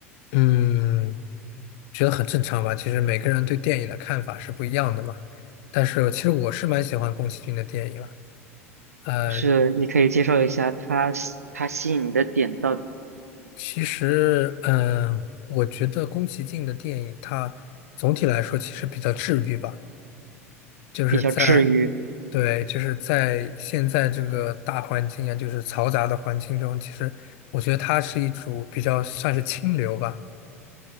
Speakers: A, on the left; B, on the right.
A: 嗯，觉得很正常吧。其实每个人对电影的看法是不一样的嘛。但是其实我是蛮喜欢宫崎骏的电影了。呃，
B: 就是你可以介绍一下它吸它吸引你的点到底
A: 其实，嗯，我觉得宫崎骏的电影，它总体来说其实比较治愈吧，就是在
B: 比较治愈
A: 对，就是在现在这个大环境啊，就是嘈杂的环境中，其实我觉得它是一种比较算是清流吧，